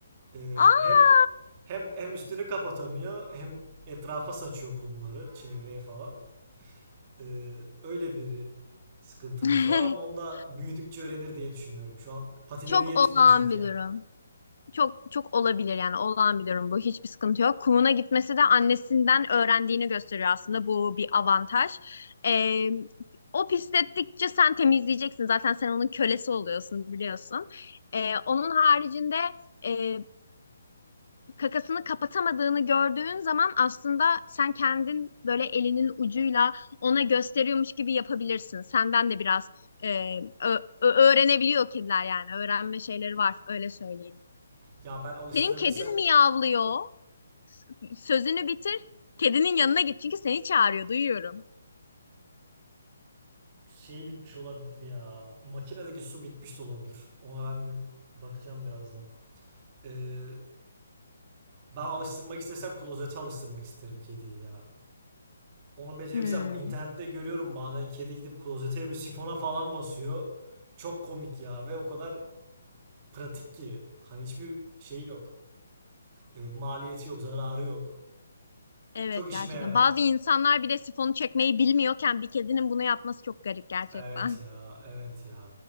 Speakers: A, on the right; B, on the left.
A: Ee,
B: Aa!
A: hem hem hem üstünü kapatamıyor hem etrafa saçıyor kumları çevreye falan. Ee, öyle bir sıkıntımız
B: <laughs>
A: var ama onda büyüdükçe öğrenir diye düşünüyorum. Şu an patileri
B: Çok
A: yetmiyor
B: olağan
A: çünkü
B: bir
A: yani.
B: durum. çok çok olabilir yani olağan bir durum bu. Hiçbir sıkıntı yok. Kumuna gitmesi de annesinden öğrendiğini gösteriyor aslında. Bu bir avantaj. Ee, o pislettikçe sen temizleyeceksin. Zaten sen onun kölesi oluyorsun biliyorsun. Ee, onun haricinde e, kakasını kapatamadığını gördüğün zaman aslında sen kendin böyle elinin ucuyla ona gösteriyormuş gibi yapabilirsin. Senden de biraz e, ö- ö- öğrenebiliyor kediler yani. Öğrenme şeyleri var öyle söyleyeyim.
A: Ya ben alıştırabilsem
B: Senin kedin miyavlıyor. S- Sözünü bitir. Kedinin yanına git çünkü seni çağırıyor duyuyorum.
A: şeyi bitmiş olabilir ya. Makinedeki su bitmiş de olabilir. Ona ben bir bakacağım birazdan. Ee, ben alıştırmak istesem klozete alıştırmak isterim kediyi ya. Onu becerebilsem
B: Hmm.
A: internette görüyorum bazen kedi gidip klozete bir sifona falan basıyor. Çok komik ya ve o kadar pratik ki. Hani hiçbir şey yok. Ee, maliyeti yok, zararı yok.
B: Evet
A: Çok işime
B: gerçekten.
A: yarar.
B: Bazı insanlar bile sifonu çekmeyi bilmiyorken bir kedinin bunu yapması çok garip gerçekten.
A: Evet ya, evet ya.